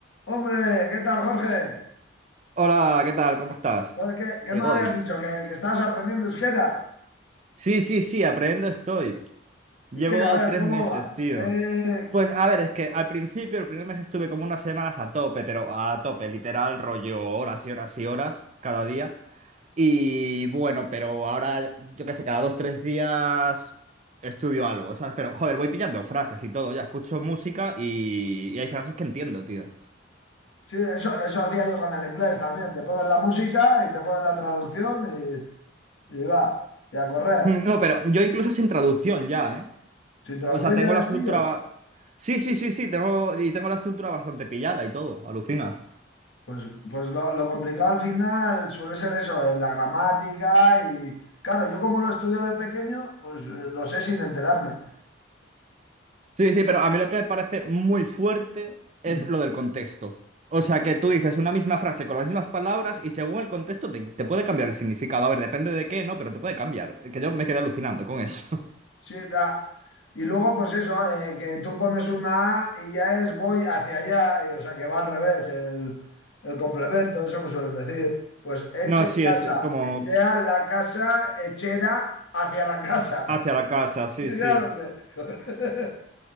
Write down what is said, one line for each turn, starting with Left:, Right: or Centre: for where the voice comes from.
Left: Hombre, ¿qué tal, Jorge?
Right: Hola, ¿qué tal? ¿Cómo estás?
Left: Joder, ¿Qué, qué
Right: Egoitz.
Left: me habías dicho? ¿Que, que estabas aprendiendo euskera?
Right: Sí, sí, sí, aprendiendo estoy. Llevo
Left: ¿Y qué? A ver,
Right: tres
Left: ¿cómo
Right: meses,
Left: vas?
Right: tío.
Left: ¿Qué-
Right: Pues a ver, es que al principio, el primer mes estuve como unas semanas a tope, pero a tope, literal, rollo horas y horas y horas cada día. Y bueno, pero ahora, yo qué sé, cada dos, tres días estudio algo, ¿sabes? Pero joder, voy pillando frases y todo, ya escucho música y, y hay frases que entiendo, tío.
Left: Sí, eso, eso hacía yo con el inglés también. Te pones la música y te pones la traducción y, y va, y a correr.
Right: Mm, No, pero yo incluso sin traducción ya, ¿eh?
Left: Sin traducción
Right: O sea, tengo
Left: ya les
Right: la estructura...
Left: pillas.
Right: ba- Sí, sí, sí, sí, tengo... y tengo la estructura bastante pillada y todo, alucinas.
Left: Pues, pues lo, lo complicado al final suele ser eso, eh, la gramática y... Claro, yo como lo estudio de pequeño, pues eh, lo sé sin enterarme.
Right: Sí, sí, pero a mí lo que me parece muy fuerte es
Left: Mm.
Right: lo del contexto. O sea, que tú dices una misma frase con las mismas palabras y según el contexto te, te puede cambiar el significado. A ver, depende de qué, ¿no? Pero te puede cambiar. Que yo me quedé alucinando con eso. <laughs>
Left: Sí, da. Y luego, pues eso, eh, que tú pones una A y ya es voy hacia allá, y, o sea que va al revés, el, el complemento, eso me suelen decir. Pues eche
Right: No, sí,
Left: casa,
Right: es como
Left: echea la casa, echera hacia la casa.
Right: hacia
Left: <laughs>
Right: la casa, sí,
Left: Claro
Right: sí.
Left: que, <laughs>